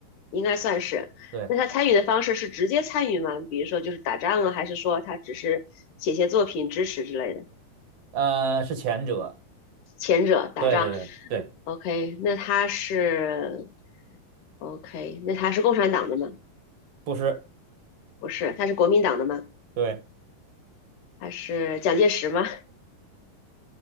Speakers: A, on the left; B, on the right.
A: 应该算是。
B: 对，
A: 那他参与的方式是直接参与吗？比如说就是打仗啊，还是说他只是写些作品支持之类的？
B: 呃，是前者，
A: 前者打仗。
B: 对对对对，
A: OK，那他是 OK，那他是共产党的吗？
B: 不是，
A: 不是，他是国民党的吗？
B: 对。
A: 他是蒋介石吗？